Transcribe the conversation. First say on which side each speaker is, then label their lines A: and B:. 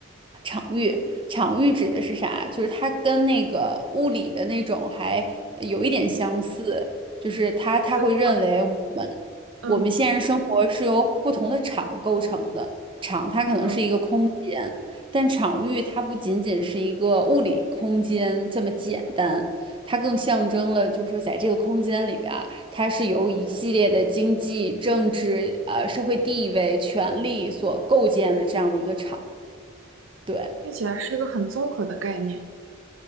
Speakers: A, on the right; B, on the right.
A: 场域，场域指的是啥？就是它跟那个物理的那种还有一点相似，就是他他会认为我们。
B: 资产，嗯
A: 我们现实生活是由不同的场构成的，场它可能是一个空间，
B: 嗯，
A: 但场域它不仅仅是一个物理空间这么简单，它更象征了，就是说在这个空间里边儿它是由一系列的经济、政治、呃社会地位、权力所构建的这样的一个场。对，
B: 听起来是一个很综合的概念。